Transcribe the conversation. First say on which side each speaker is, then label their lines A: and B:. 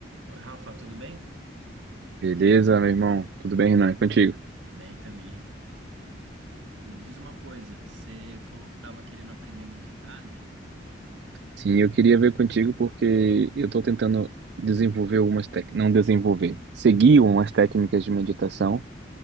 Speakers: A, on the right; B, on the right.
A: Oi, Rafa, tudo bem?
B: Beleza, meu irmão? Tudo bem, Renan? E Contigo?
A: Bem também. Me diz uma coisa, você falou que estava querendo aprender a meditar, né?
B: Sim, eu queria ver contigo porque eu estou tentando desenvolver algumas técnicas, não desenvolver, seguir umas técnicas de meditação,